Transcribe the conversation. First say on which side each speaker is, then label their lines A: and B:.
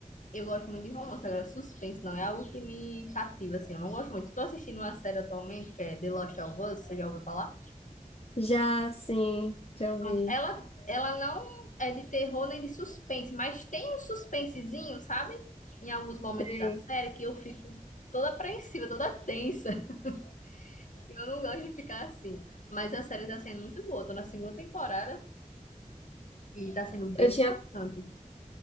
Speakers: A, on the left; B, on the left.
A: eu gosto muito de romance. Agora, suspense não é algo que me cativa, assim. Eu não gosto muito. Tô assistindo uma série atualmente que é The Last of Us, você já ouviu falar?
B: Já, sim, já ouvi.
A: Pronto. Ela, ela não é de terror nem de suspense, mas tem um suspensezinho, sabe? Em alguns momentos
B: Sei.
A: da série que eu fico toda apreensiva, toda tensa. <laughs> Eu não gosto de ficar assim. Mas a série tá sendo muito boa. Tô na segunda temporada e tá sendo bem
B: Eu tinha
A: interessante.